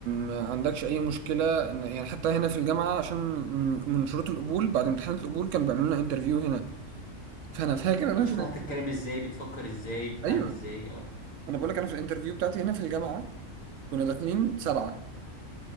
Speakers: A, on the right (about 75°); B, on the left (about 85°).
A: ما عندكش اي مشكله ان يعني حتى هنا في الجامعه عشان من من شروط القبول بعد امتحان القبول كانوا بيعملوا لنا انترفيو هنا فانا فاكر انا
B: نشوف
A: في الانترفيو
B: هتتكلم ازاي بتفكر ازاي بتعمل
A: ايوه
B: ازاي اه
A: انا بقول لك انا في الانترفيو بتاعتي هنا في الجامعه كنا داخلين سبعه